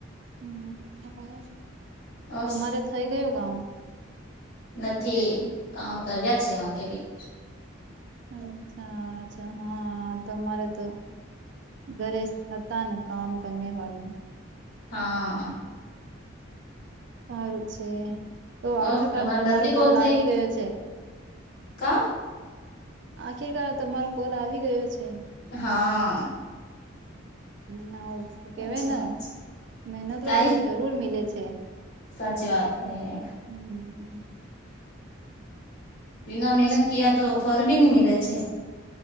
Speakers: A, on the right; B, on the left.
A: હમ્મ,
B: ઓર
A: તમારે થઇ ગયું કામ?
B: નથી કામ કર્યા છે એમાં કે ભી
A: અચ્છા અચ્છા, હા તમારે તો ઘરે હતાને કામ કરનેવાલા.
B: હા.
A: સારું છે, તો આખરકાર
B: ઓર તમારે
A: તમારો
B: કેટલી
A: કોલ
B: થઈ
A: આવી ગયો છે.
B: કા?
A: આખિરકાર તમારો કોલ આવી ગયો છે.
B: હા.
A: હવ શું
B: સાચી
A: કેવાય ને
B: વાત
A: મહેનત
B: છે કઈ
A: ફલ જરૂર મિલે છે.
B: સાચી વાત હૈ.
A: હમ્મ.
B: બિના મહેનત
A: છે
B: કયા તો ફલ ભી ન મીે છે